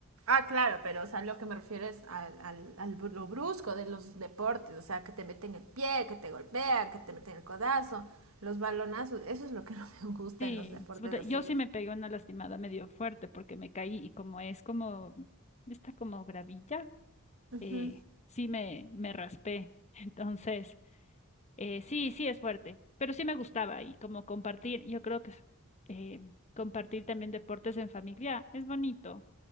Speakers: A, on the right; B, on the left.
A: Ah, claro, pero o sea, lo que me refiero es al, al, al br- lo brusco de los deportes, o sea, que te meten el pie, que te golpean, que te meten el codazo, los balonazos, eso es lo que no <laughs> me gusta
B: Sí,
A: en los deportes
B: sí, puta,
A: así.
B: yo sí me pegué una lastimada medio fuerte porque me caí y como es como, está como gravilla,
A: Ujú,
B: eh, sí me, me raspé. <laughs> Entonces, eh, sí, sí es fuerte, pero sí me gustaba y como compartir, yo creo que eh, compartir también deportes en familia es bonito.